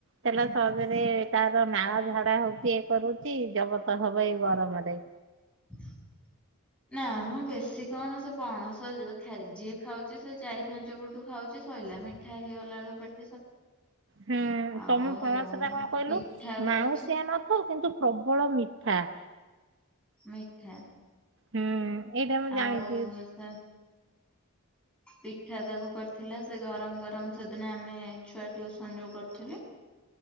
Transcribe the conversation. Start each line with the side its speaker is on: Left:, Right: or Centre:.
Right: ହେଲା ସହଜରେ ତାର ନାଳ ଝାଡା ହଉଛି ଇ କରୁଛି ଜବତ ହବ ଏଇ ଗରମରେ।
Centre: <inaudible> ନା ମ ବେଶୀ କଣ ସେ ପଣସ ଯିଏ ଖାଉଛି ସେ ଚାରି ଫାଞ୍ଚ ପଟୁ ଖାଉଛି ଶଇଲା ମିଠା ହେଇଗଲା ବେଳୁ ପେ
Right: ହୁଁ
Centre: ଆଉ
Right: ତମ ପଣସଟା କଣ କହିଲୁ
Centre: ପିଠା କରିଛି
Right: ମାଉଁସିଆନ ହଉ କିନ୍ତୁ ପ୍ରବଳ ମିଠା।
Centre: ମିଠା।
Right: ହୁଁ ଏଇଟା ମୁଁ
Centre: ଆଉ
Right: ଜାଣିଛି।
Centre: ସେ ପିଠା ତାକୁ କରିଥିଲ ସେ ଗରମ ଗରମ ସେଦିନ ଆମେ ଛୁଆ ଟିଉସନ ଯୋଉ କରୁଥିଲି